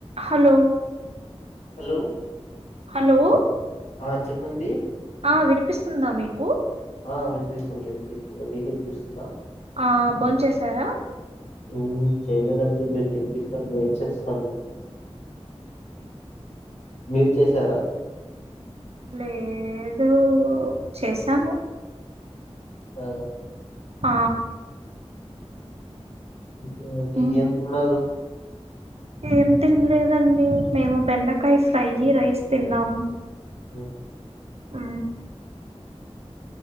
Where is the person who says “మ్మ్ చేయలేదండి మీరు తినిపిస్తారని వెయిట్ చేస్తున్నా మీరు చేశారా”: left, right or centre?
Left